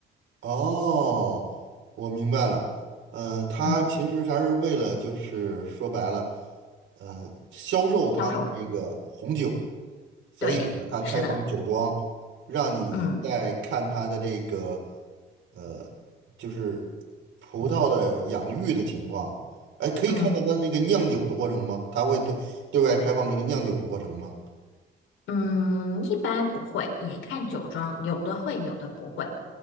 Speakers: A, on the right; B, on the left.
A: 哦，我明白了。嗯、他其实还是为了就是说白了，
B: 嗯，
A: 呃，销售他的这个红酒。
B: 销售，
A: 所以呢，
B: 对，
A: 他开放酒庄，
B: 是的，
A: 让你在看他的这个
B: 嗯
A: 呃，就是葡萄的养育的情况。哎，可以看到他那个酿酒的过程吗？
B: 嗯
A: 他会对对外开放这个酿酒的过程吗？
B: 嗯，一般不会，也看酒庄，有的会，有的不会。